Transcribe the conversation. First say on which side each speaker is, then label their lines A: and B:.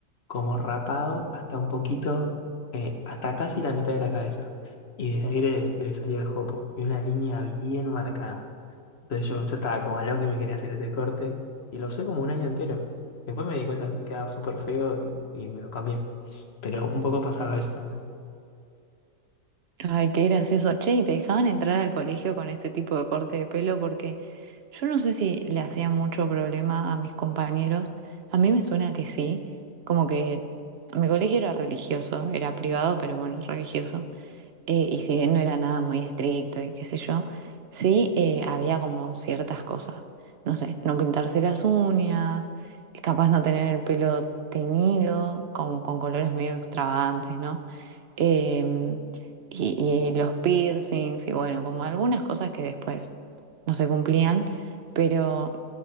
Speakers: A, on the left; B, on the right.
A: como rapado hasta un poquito, eh, hasta casi la mitad de la cabeza. Y desde ahí le, le salía el jopo. Y una línea bien marcada. Entonces yo, yo estaba como loco y me quería hacer ese corte. Y lo usé como un año entero. Después me di cuenta que me quedaba súper feo y, y me lo cambié. Pero un poco pasaba eso también.
B: Ay, qué gracioso. Che, ¿y te dejaban entrar al colegio con este tipo de corte de pelo? Porque yo no sé si le hacía mucho problema a mis compañeros. A mí me suena que sí. Como que mi colegio era religioso, era privado, pero bueno, religioso. Eh, y si bien no era nada muy estricto y qué sé yo, sí eh, había como ciertas cosas. No sé, no pintarse las uñas, eh, capaz no tener el pelo teñido, con, con colores medio extravagantes, ¿no? Eh, y, y los piercings, y bueno, como algunas cosas que después no se cumplían, pero